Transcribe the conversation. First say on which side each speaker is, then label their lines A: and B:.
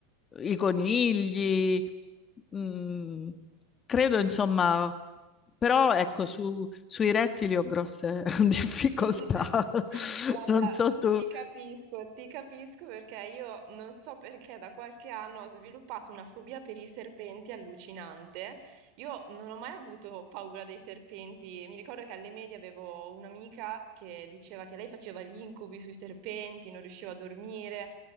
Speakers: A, on the left; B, on the right.
A: i conigli, mm, credo, insomma, però ecco, su- sui rettili ho grosse <laughs> difficoltà.
B: <laughs>
A: <laughs>
B: Guarda,
A: Non so tu.
B: ti capisco, ti capisco perché io non so perché da qualche anno ho sviluppato una fobia per i serpenti allucinante. Io non ho mai avuto paura dei serpenti. Mi ricordo che alle medie avevo un'amica che diceva che lei faceva gli incubi sui serpenti, non riusciva a dormire.